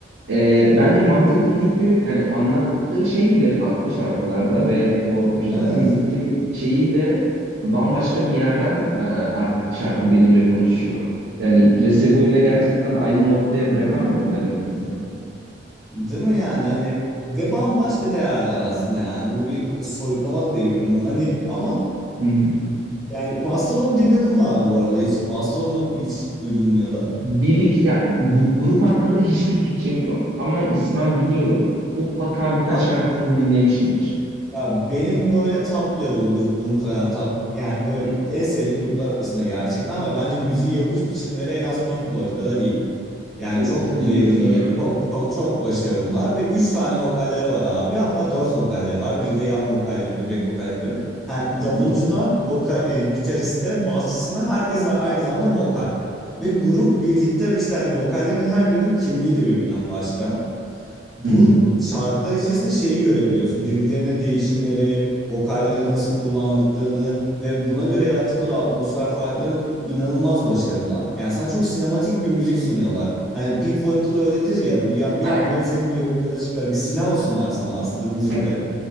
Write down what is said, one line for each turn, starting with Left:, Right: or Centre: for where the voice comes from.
Right: e, bence mantıklı çünkü yani anlattıkları şey bile farklı şarkılarda ve o ritim
Centre: evet
Right: ritim şeyiyle bambaşka bir yerden e, artık şarkı benimle konuşuyor. Yani Placebo ile gerçekten aynı noktaya bırakamam ki ben o ikisini.
Centre: değil mi yani hani ve bambaşka değerler aslında yani bu bir soyutlama da değil birbirinden hani ama
Right: <laughs>
Centre: Yani Mastodon'u dinledin mi abi bu arada? Hiç Mastodon'u hiç duydun mu ya da?
Right: Bir iki, ya, gu- grup hakkında hiçbir fikrim yok ama ismen biliyorum. Mutlaka birkaç
Centre: Abi
Right: şarkısını da dinlemişimdir.
Centre: ya benim böyle top level grubum falan top, yani böyle
Right: Hı,
Centre: en sevdiğim gruplar arasında gerçekten ve bence müziği yapış biçimleri en az Pink Floyd kadar iyi. Yani
Right: Of
Centre: çok
Right: ne
Centre: layer'lı
Right: diyorsun ya?
Centre: ve çok çok çok başarılılar ve 3 tane vokalleri var abi. Hatta 4 vokalleri var. Biri de yan vokal yapıyor, back vokal yapıyor. Ha,
Right: Hı
Centre: davulcudan
Right: hı.
Centre: vokal, e, gitariste, basçısına herkes a- aynı zamanda vokal. Ve grup birlikte işte hani vokallerin her birinin kimliği de birbirinden başka. Bu
Right: Hı hı.
Centre: şarkılar içerisinde şeyi görebiliyorsun. Birbirlerine değişimleri, vokalleri nasıl kullandıklarını ve buna göre yarattıkları atmosfer farkları inanılmaz başarılılar. Yani sana çok sinematik bir müzik sunuyorlar. Hani Pink Floyd'da da öyledir ya. Bir, bir
Right: Ha,
Centre: anda seni bir yolculuğa çıkar. Bir sinema sunar sana aslında müzikle.
Right: evet.